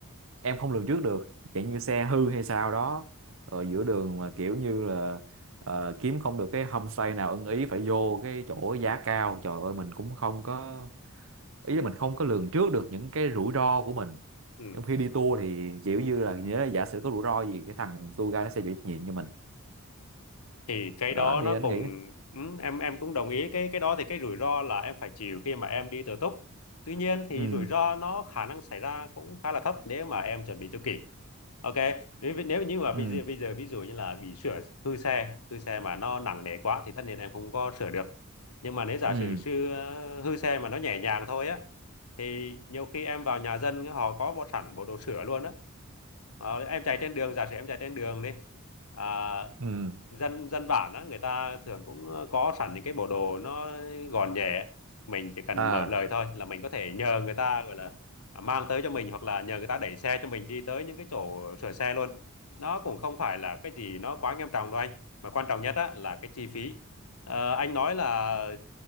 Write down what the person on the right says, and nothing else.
em không lường trước được chẳng như xe hư hay sao đó rồi giữa đường mà kiểu như là ờ, kiếm không được cái homestay nào ưng ý phải vô cái chỗ giá cao trời ơi mình cũng không có ý là mình không có lường trước được những cái rủi ro của mình
trong khi đi tour thì kiểu như là nhớ là giả sử có rủi ro gì cái thằng tour guide nó sẽ chịu trách nhiệm cho mình
đó
thì anh
nghĩ
ừ
ừ
ừ
ừ
à